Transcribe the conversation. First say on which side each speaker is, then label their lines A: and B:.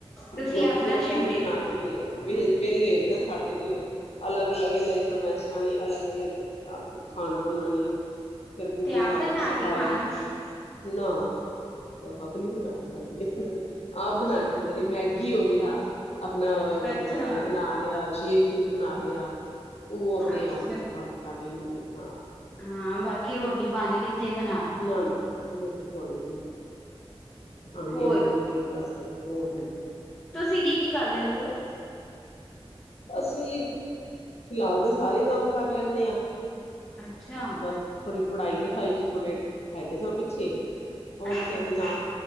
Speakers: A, on the left; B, on the left.
A: ਤੁਸੀਂ
B: ਲੋਕੀ
A: ਆਪਣਾ
B: ਤੇ ਇੱਕ
A: ਸ਼ਿਡ
B: ਟਹਿਨੀ ਬਣਾ ਕੇ ਵੇਲੇ ਵੇਹਲੇ ਹੋਗੇ ਨਾ ਸਾਡੇ ਦੇ ਅਲੱਗ-ਅਲੱਗ ਇਹ ਫਰਮੈਸ਼ਾਂ ਨੀ ਅਲੱਗ ਅਲੱਗ ਆਪ ਖਾਣਾ ਉਹਨਾਂ ਨੇ, ਫਿਰ ਪੂਰੇ
A: ਤੇ ਆਪ
B: ਘਰ
A: ਬਣਾ
B: ਦੀ ਸਫ਼ਾਈ
A: ਕੇ ਖਾਣ
B: ਨਾ, ਆਪ ਨੀ ਬਣਾਈ ਖਾਂਦੇ। ਆਪ ਨੇ ਬਣਾ ਕੇ ਖਾਂਦੇ ਮੈਗੀ ਹੋ ਗਈ ਹਾ। ਆਪਣਾ
A: ਅੱਛਾ,
B: ਬਣਾ ਲਿਆ ਸ਼ੇਕ-ਸ਼ੂਕ ਬਣਾ ਲਿਆ ਉਹ ਆਪਣੇ
A: ਅੱਛਾ।
B: ਆਪ ਹਾਂ ਕਰ ਲੈਂਦੇ ਆ ਹਾਂ।
A: ਹਾਂ ਬਾਕੀ ਰੋਟੀ ਪਾਣੀ ਕਿੱਥੇ ਬਣਾਵੇ
B: ਨਾ-ਨਾ ਰੋਟੀ ਖਵਾਣੀ ਨੀ, ਅੰਡੇ-ਓਡੇ
A: ਹੋਰ
B: ਹੋਗੇ ਬਸ ਹੋਰ ਨੀ
A: ਤੁਸੀਂ ਕੀ-ਕੀ ਕਰ ਲੈਂਦੇ ਔ?
B: ਅਸੀਂ, ਫਿਲਹਾਲ ਤੇ ਸਾਰੇ ਕੰਮ ਕਰ ਲੈਂਨੇ ਆ
A: ਅੱਛਾ।
B: ਬਸ ਥੋੜ੍ਹੀ ਪੜ੍ਹਾਈ-ਲਿਖਾਈ ਚ ਥੋੜੇ ਹੈਗੇ ਹਾ ਪਿੱਛੇ, ਹੁਣ
A: ਅੱਛਾ,
B: ਤੇ ਆਪਣਾ
A: ਅੱਛਾ,